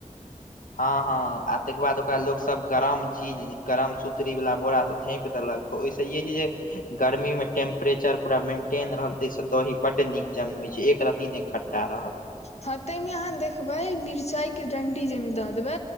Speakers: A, on the left; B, on the left.
A: हँ हँ आ तैय के बाद ओकरा लोक सब गरम चीज गरम सूतीरीबला बोरा सँ झाँप देलक तऽ ओहिसँ ई होइ छै जे गर्मी में टे्प्रेचर पूरा मेंटेन रहल तैय सँ दही बड नीक जन्मै छै एक रति ने खट्ठटा रहत।
B: हँ ताहिमे आहाँ देखबै मिरचाई के डण्डी जाहिमे दऽ देबै।